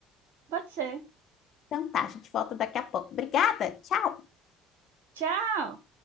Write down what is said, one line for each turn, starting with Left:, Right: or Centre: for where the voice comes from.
Right: pode ser.
Left: Então tá, a gente volta daqui a pouco. Obrigada, tchau!
Right: Tchau!